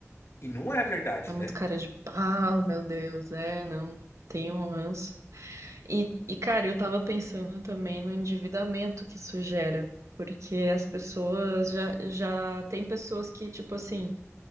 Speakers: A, on the left; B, on the right.
A: E não é verdade,
B: É muito
A: né?
B: cara de pau, meu Deus. É, não. Tenho um ranço. E, e, cara, eu tava pensando também no endividamento que isso gera. Porque as pessoas já, já tem pessoas que, tipo assim,